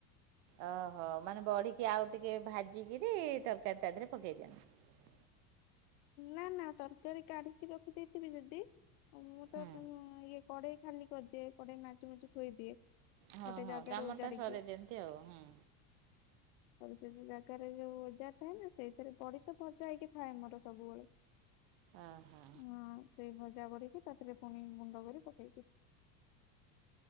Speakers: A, on the right; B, on the left.
A: ଓହୋ ମାନେ ବଡି କି ଆଉ ଟିକେ ଭାଜିକିରି ତରକାରୀ ତା ଦେହରେ ପକେଇ ଦିଅନ୍ତି।
B: ନା ନା ତରକାରୀ କାଢିକି ରଖିଦେଇଥିବି ଯଦି, ମୁଁ ତ
A: ହଁ
B: ଇଏ କଡେଇ ଖାଲି କରିଦିଏ କଡେଇ ମାଜ ମାଜି ଥୋଇଦିଏ।
A: ହଁ
B: ଗୋଟେ
A: ହଁ
B: ଜାଗାରେ
A: କାମ
B: ଓଜାଡିକି
A: ଟା ସରେଇ ଦିଅନ୍ତି ଆଉ ହୁଁ।
B: ଆ ସେ ଜାଗାରେ ଯୋଉ ବଜାର ଥାଏ ନା ସେଇଥିରେ ପଡି ତ ସଜା ହେଇକି ଥାଏ ଆମର ସବୁବେଳେ।
A: ଓହୋ
B: ହଁ ସେଇ ପରି ପଜା ବଢିକି ତାପରେ ପୁଣି ଗୁଣ୍ଡ କରି ପକେଇଦିଏ।